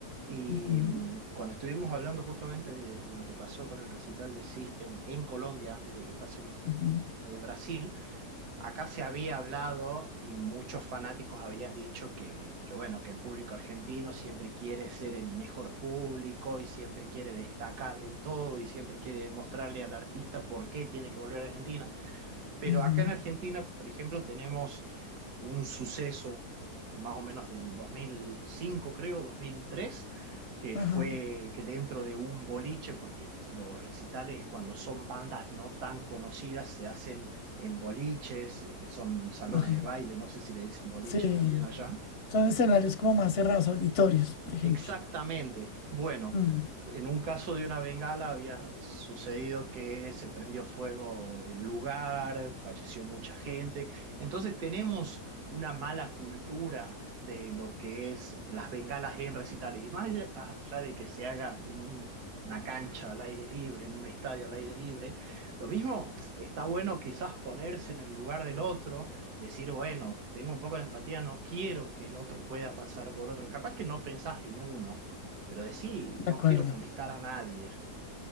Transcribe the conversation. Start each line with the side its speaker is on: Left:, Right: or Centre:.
Right: y
Left: Ujú.
Right: mm, cuando estuvimos hablando justamente de, de lo que pasó con el recital de System en Colombia antes de que pase lo de,
Left: Ujú,
Right: lo de Brasil, Acá se había hablado y muchos fanáticos habían dicho que, que, bueno, que el público argentino siempre quiere ser el mejor público y siempre quiere destacar en todo y siempre quiere mostrarle al artista por qué tiene que volver a Argentina. Pero
Left: ujú,
Right: acá en Argentina, por ejemplo, tenemos un suceso más o menos del 2005, creo, 2003, que
Left: Ajá,
Right: fue que dentro de un boliche, porque los recitales cuando son bandas no tan conocidas se hacen en boliches, eh, son salones
Left: ajá.
Right: de baile, no sé si le dicen boliches
Left: Sí,
Right: también allá.
Left: son escenarios como más cerrados, auditorios, por ejemplo.
Right: Exactamente. Bueno,
Left: Mm,
Right: en un caso de una bengala había sucedido que se prendió fuego el lugar, falleció mucha gente. Entonces tenemos una mala cultura de lo que es las bengalas en recitales. Y más allá allá de que se haga en un- una cancha al aire libre, en un estadio al aire libre, lo mismo está bueno quizás ponerse en el lugar del otro decir, bueno, tengo un poco de empatía, no quiero que el otro pueda pasar por otro. Capaz que no pensás en uno, pero decir,
Left: de
Right: no
Left: acuerdo,
Right: quiero molestar a nadie.